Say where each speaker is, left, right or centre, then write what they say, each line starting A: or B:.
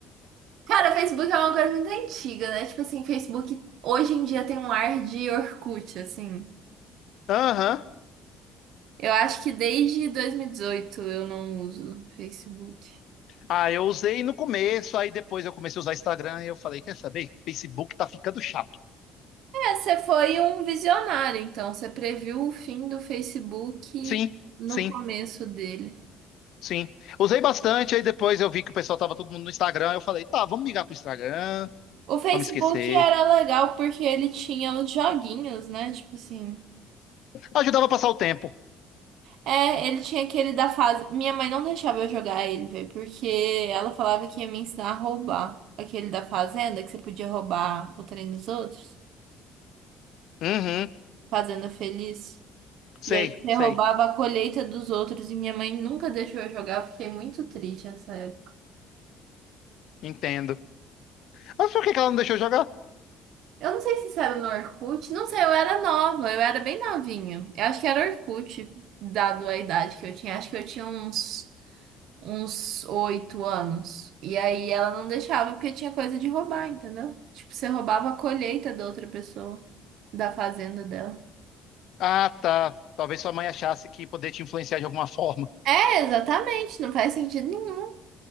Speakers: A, on the right; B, on the left.
A: Cara, o Facebook é uma coisa muito antiga, né? Tipo assim, Facebook hoje em dia tem um ar de Orkut, assim.
B: Aham.
A: Eu acho que desde 2018 eu não uso Facebook.
B: Ah, eu usei no começo, aí depois eu comecei a usar Instagram e eu falei, quer saber? Facebook tá ficando chato.
A: É, você foi um visionário, então. Você previu o fim do Facebook
B: Sim,
A: no
B: sim.
A: começo dele.
B: Sim. Usei bastante, aí depois eu vi que o pessoal tava todo mundo no Instagram. Eu falei, tá, vamos migrar pro Instagram,
A: O Facebook
B: vamos esquecer.
A: era legal porque ele tinha os joguinhos, né? Tipo assim.
B: Ajudava a passar o tempo.
A: É, ele tinha aquele da fase. Minha mãe não deixava eu jogar ele, velho, porque ela falava que ia me ensinar a roubar. Aquele da fazenda, que você podia roubar o trem dos outros.
B: Uhum,
A: Fazenda Feliz.
B: sei,
A: E aí você
B: sei,
A: roubava a colheita dos outros e minha mãe nunca deixou eu jogar. Eu fiquei muito triste nessa época.
B: entendo. Mas por que que ela não deixou jogar?
A: Eu não sei se isso era no Orkut, não sei, eu era nova, eu era bem novinha. Eu acho que era Orkut, dado a idade que eu tinha. Acho que eu tinha uns. uns oito anos. E aí ela não deixava porque tinha coisa de roubar, entendeu? Tipo, você roubava a colheita da outra pessoa, da fazenda dela.
B: Ah, tá. Talvez sua mãe achasse que poder te influenciar de alguma forma.
A: É, exatamente, não faz sentido nenhum.